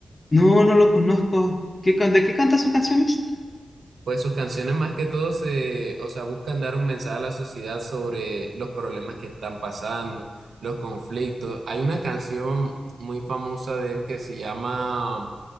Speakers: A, on the left; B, on the right.
A: No, no lo conozco. ¿Qué, can- ¿de qué canta sus canciones?
B: Pues sus canciones más que todo se, o sea, buscan dar un mensaje a la sociedad sobre los problemas que están pasando, los conflictos. Hay una canción muy famosa de él que se llama